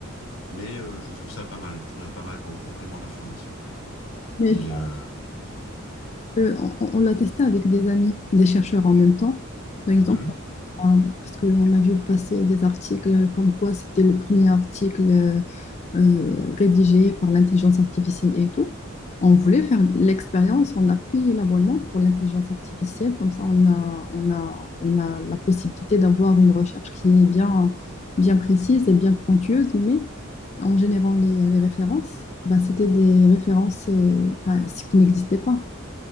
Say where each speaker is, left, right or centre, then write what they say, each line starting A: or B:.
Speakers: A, on the left; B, on the left.
A: Mais euh, je trouve ça pas mal. Je trouve ça pas mal en complément d'information.
B: Mais
A: Et
B: tu
A: euh,
B: peux- on, on- on l'a testé avec des amis, des chercheurs en même temps. Par exemple,
A: hum.
B: on a- parce qu'on a vu passer des articles comme quoi c'était le premier article euh, euh, rédigé par l'intelligence artificielle et tout. On voulait faire l'expérience, on a payé l'abonnement pour l'intelligence artificielle, comme ça on a, on a, on a la possibilité d'avoir une recherche qui est bien, bien précise et bien pointueuse, mais en générant les, les références, bah, c'était des références euh, enfin, ce qui n'existait pas.